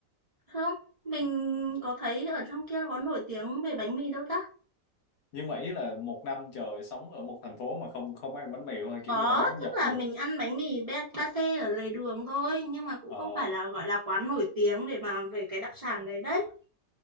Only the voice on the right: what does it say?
không mình có thấy ở trong kia có nổi tiếng về bánh mì đâu ta
có
tức
là
mình ăn bánh mì ba- pate ở lề đường thôi nhưng mà cũng
không phải là gọi là quán nổi tiếng để mà về cái đặc sản đấy đấy